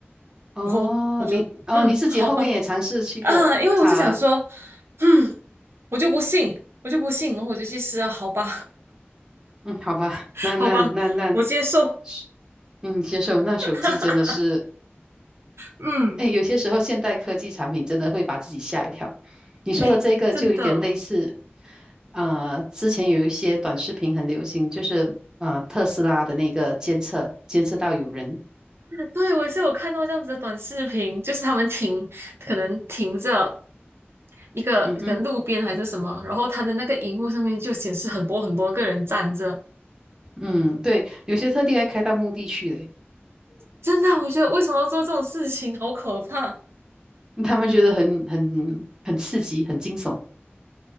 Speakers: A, on the right; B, on the right.
A: 哦，
B: 然后我就嗯好吧
A: 你哦你自己后面也尝试去过擦，
B: 啊，因为我就想说，嗯，我就不信，我就不信，然后我就去试啊，好吧
A: 嗯，好吧，
B: <laughs>
A: 那那那那，
B: 好吧，我接受，
A: 是嗯，接受那手机真的是。
B: <laughs> 嗯，
A: 哎，有些时候现代科技产品真的会把自己吓一跳。你说的这个就有点类似，
B: 哎，真的。
A: 呃，之前有一些短视频很流行，就是呃特斯拉的那个监测，监测到有人，
B: 对，我也是有看到这样子的短视频，就是他们停，可能停着一个可能路边还是什么，
A: 嗯哼，
B: 然后他的那个荧幕上面就显示很多很多个人站着。
A: 嗯，对，有些特地还开到墓地去嘞，
B: 真的，我觉得为什么要做这种事情，好可怕！
A: <laughs> 他们觉得很很很刺激，很惊悚。